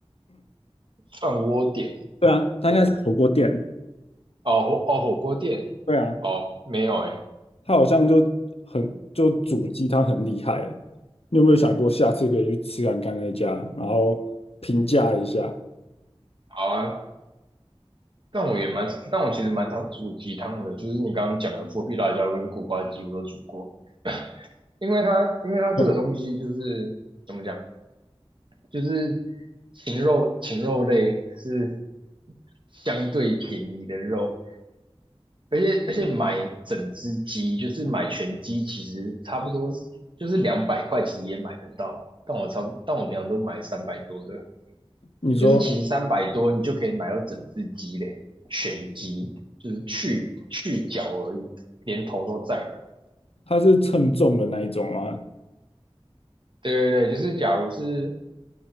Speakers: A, on the right; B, on the left.
A: 涮锅店，
B: 对啊，他应该是火锅店，
A: 什么哦火哦火锅店哦没有哎，
B: 对啊，他好像就很就煮鸡汤很厉害欸你有没有想过下次可以去吃看看那家，然后评价一下？
A: 好啊，但我也蛮常，但我其实蛮常煮鸡汤的，就是你刚刚讲的剥皮辣椒跟苦瓜鸡我都煮过，因为它因为它这个东西就是怎么讲，
B: 嗯，
A: 就是禽肉禽肉类是相对便宜的肉，而且而且买整只鸡就是买全鸡，其实差不多就是两百块，其实也买得到，但我差不但我平常都买三百多的。
B: 你说
A: 就是其实三百多你就可以买到整只鸡嘞，全鸡，就是去去脚而已，连头都在了。
B: 他是称重的那一种吗？
A: 对对对，就是假如是